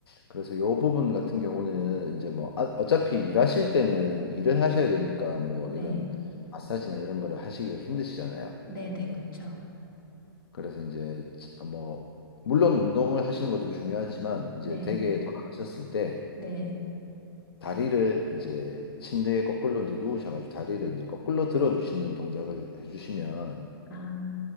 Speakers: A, on the left (about 75°); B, on the left (about 60°).
A: 그래서 요 부분 같은 경우는 이제 뭐 아- 어차피 일하실 때는 일을 하셔야 되니까 뭐
B: 네.
A: 이런 마사지나 이런 거를 하시기가 힘드시잖아요.
B: 네네, 그쵸.
A: 그래서 이제 뭐 물론 운동을 하시는 것도 중요하지만 이제
B: 네.
A: 댁에 돌아가셨을 때
B: 네.
A: 다리를 이제 침대에 거꾸로 이제 누우셔가지고 다리를 이제 거꾸로 들어주시는 동작을 해주시면
B: 아,